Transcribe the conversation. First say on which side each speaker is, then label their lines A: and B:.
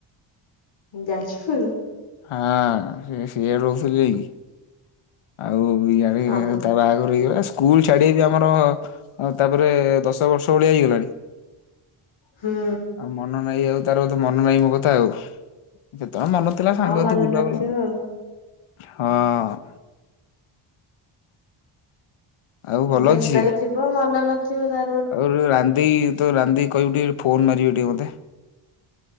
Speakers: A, on the left (about 60°); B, on the left (about 75°).
A: ଯାଜପୁର।
B: ଆଁ ସେ ସିଆଡେ ରହୁଥିଲି ଯାଇକି ଆଉ ଦୁଇ ଜାଣି
A: ଓହୋ
B: ତାର ବାହାଘର ହେଇଗଲା। ସ୍କୁଲ ଛାଡି ବି ଆମର ତାପରେ ଦଶ ବର୍ଷ ଭଳିଆ ହେଇଗଲାଣି।
A: ହୁଁ।
B: ଆଉ ମନ ନାହିଁ ଆଉ ତାରେ ବୋଧେ ମନ ନାହିଁ ମୋ କଥା ଆଉ। ଯେତେବେଳେ ମନ ଥିଲା
A: ହଁ
B: ସାଙ୍ଗସଥି
A: ମନେ
B: ବୁଲା
A: ନଥିବ
B: ବୁ
A: ଆଉ
B: ହଁ। <inaudible> ଆଉ ଭଲ
A: ବ୍ୟସ୍ତରେ
B: ଅଛି
A: ଥିବ ମନେ ନଥିବ ତା
B: ଆଉ ରାନ୍ଧି ତ ରାନ୍ଧି କହିବୁ ଟିକେ ଫୋନ ମାରିବି ଟିକେ ମତେ।